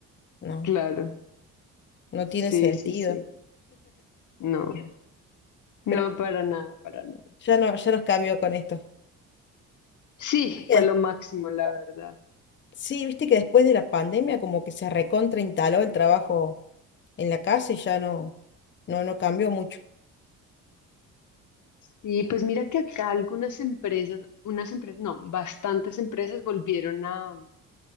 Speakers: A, on the left; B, on the left.
A: No,
B: Claro,
A: no tiene
B: sí,
A: sentido.
B: sí, sí. No, no,
A: Pero
B: para nada, para nada.
A: ya no, ya nos cambió con esto.
B: Sí,
A: Viste
B: fue
A: que des-
B: lo máximo, la verdad.
A: Sí, viste que después de la pandemia como que se recontra instaló el trabajo en la casa y ya no, no, no cambió mucho.
B: Y pues mira que acá algunas empresas, unas empresas, no, bastantes empresas volvieron a,